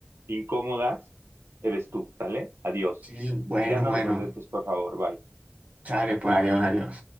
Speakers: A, on the right; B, on the right.
A: incómodas eres tú, ¿sale? Adiós.
B: Sí, bueno,
A: Ya no
B: bueno.
A: me contestes, por favor, bye.
B: Sale, pues, adiós, adiós.